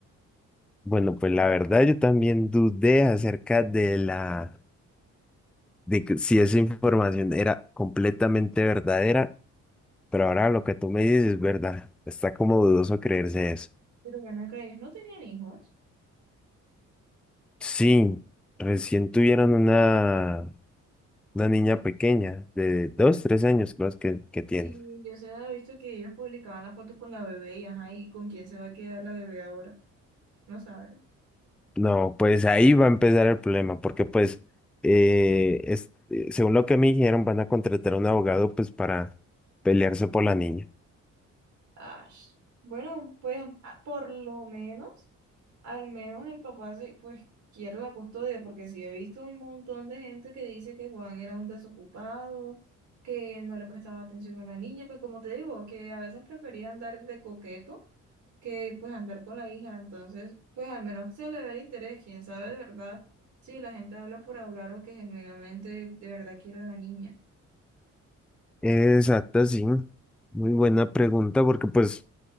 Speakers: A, in the centre; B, on the right.
A: Bueno, pues la verdad yo también dudé acerca de la de que si esa información era completamente verdadera, pero ahora lo que tú me dices es verdad. Está como dudoso creerse eso.
B: Pero bueno, acá ellos no tenían hijos.
A: Sí, recién tuvieron una, una
B: No.
A: niña pequeña de dos, tres años, creo que, que tiene.
B: Y yo se había visto que ellos publicaban la foto con la bebé y ajá, ¿y con quién se va a quedar la bebé ahora? No sabes.
A: No, pues ahí va a empezar el problema, porque pues eh, es- eh, según lo que me dijeron, van a contratar a un abogado pues para pelearse por la niña.
B: Ah, bueno, pues ah, por lo menos, al menos el papá se, pues quiere la custodia, porque sí he visto un montón de gente que dice que Juan era un desocupado, que no le prestaba atención a la niña, que como te digo, que a veces prefería andar de coqueto que pues andar con la hija. Entonces, pues al menos se le ve el interés, quién sabe de verdad si la gente habla por hablar o que genuinamente de verdad quiere a la niña.
A: Exacto, sí. Muy buena pregunta porque pues